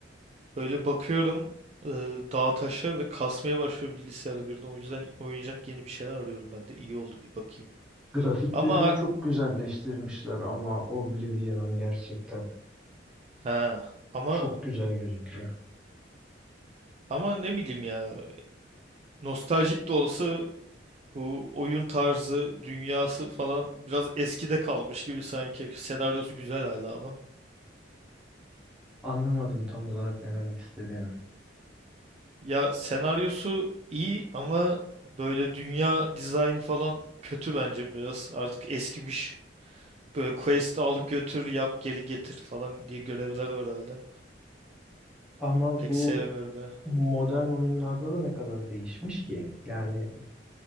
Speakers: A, on the right; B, in the centre.
A: Böyle bakıyorum e, dağa taşa ve kasmaya başlıyor bilgisayarı birden. O yüzden oynayacak yeni bir şeyler arıyorum ben de. İyi oldu bir bakayım.
B: Grafiklerini
A: Ama
B: çok güzelleştirmişler ama Oblivion'ın gerçekten
A: ha ama
B: çok güzel gözüküyor.
A: ama ne bileyim ya. Nostaljik de olsa bu oyun tarzı, dünyası falan biraz eskide kalmış gibi sanki. Senaryosu güzel hala ama.
B: Anlamadım tam olarak ne demek istediğini.
A: Ya senaryosu iyi ama böyle dünya dizaynı falan kötü bence biraz. Artık eskimiş. Böyle quest'i al götür yap geri getir falan diye görevler var hala.
B: Ama
A: Pek
B: bu
A: sevmiyorum ya.
B: modern oyunlarda da ne kadar değişmiş ki? Yani